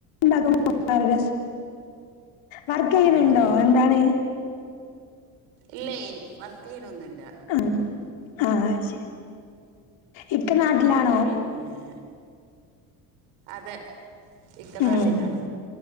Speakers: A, on the left; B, on the right.
A: ണ്ടാകും വർഗസ് വർക്കെയ്യ്ണ്
B: ആഹ്
A: ണ്ടോ? എന്താണ്?
B: ഇല്ലയ് വർക്കെയ്യിണൊന്നുല്ല.
A: ആ ആഹ ശരി ഇക്ക നാട്ടിലാണ്-
B: പിന്നെ അതെ. ഇക്ക
A: ഉം
B: നാട്ടിലാണ്